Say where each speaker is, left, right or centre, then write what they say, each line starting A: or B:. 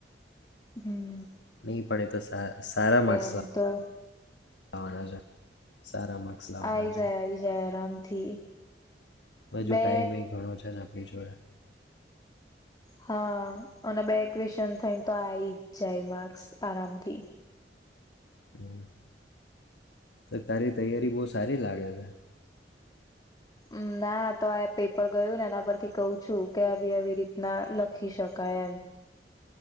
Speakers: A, on the left (about 20°); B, on the left (about 75°).
A: હમ્મ
B: ની પડે તો સારા માર્ક્સ
A: આમ
B: લાવ
A: તો
B: આવના છે સારા માર્ક્સ લાવવાના
A: આઈ જાય આઈ જાય આરામથી
B: અજુ
A: બે
B: ટાઈમ અ ઘણો છે આપડી જોડે
A: હા અને બે ક્વેશન થઈને તો આ આવી જ જાય માર્ક્સ આરામથી
B: હમ્મ તો તારી તૈયારી બહ સારી લાગે છે
A: અમ ના તો આ પેપર ગયું ને એના પરથી કહુ છું કે આવી આવી રીતના લખી શકાય એમ